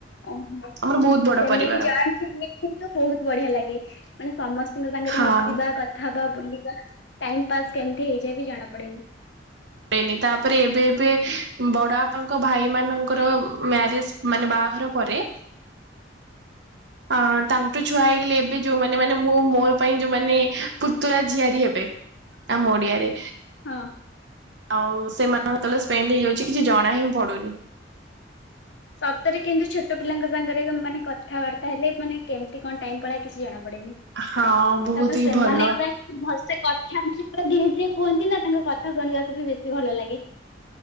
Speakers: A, on the left; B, on the right.
A: ଓହୋ
B: ଆମର ବହୁତ
A: ସେମିତି
B: ବଡ ପରିବାର
A: ଜଏଣ୍ଟ ଫ୍ୟାମିଲି କିନ୍ତୁ ବହୁତ ବଢିଆ ଲାଗେ ମାନେ ସମସ୍ତଙ୍କ ସାଙ୍ଗରେ
B: ହଁ
A: ମିଶିବା କ କଥା ହବା ବୁଲିଵା ଟାଇମ ପାସ୍ କେମିତି ହେଇଯାଏ ବି ଜଣା ପଡେନି।
B: ହେଇନି ତାପରେ ଏବେ ଏବେ ବଡ ବାପାଙ୍କ ଭାଇ ମାନଙ୍କର ମ୍ୟାରେଜେ। ମାନେ ବାହାଘର ପରେ। ଅ ତାଙ୍କ ଛୁଆ ହେଇଗଲେ ଏବେ ଯୋଉମାନେ ମାନେ ମୁଁ ମୋ ପାଇଁ ଯୋଉମାନେ ପୁତୁରା ଝିଆରି ହେବେ। ଆ ଓଡିଆରେ।
A: ହଁ।
B: ଆଉ ସେମାନ ହେତଳେ ସ୍ପେଣ୍ଡ ହେଇଯାଉଚି କିଛି ଜଣା ହିଁ ପଡୁନି।
A: ସତରେ କେନ୍ତୁ ଛୋଟ ପିଲାଙ୍କ ସାଙ୍ଗରେ ମାନେ କଥାବାର୍ତ୍ତା ହେଲେ ମାନେ କେମିତି କଣ ଟାଇମ ପଳଏ କିଛି ଜଣା ପଡନି।
B: ହଁ ବହୁତ
A: ତାପରେ
B: ହିଁ
A: ସେମାନେ
B: ଭଲ
A: ପୁରା ଭଲସେ କଥା ମାନେ ପୁରା ଧୀରେ ଧୀରେ କୁହନ୍ତି ନା ତାଙ୍କ କଥା ଶୁଣିବାକୁ ବି ବେଶୀ ଭଲ ଲାଗେ।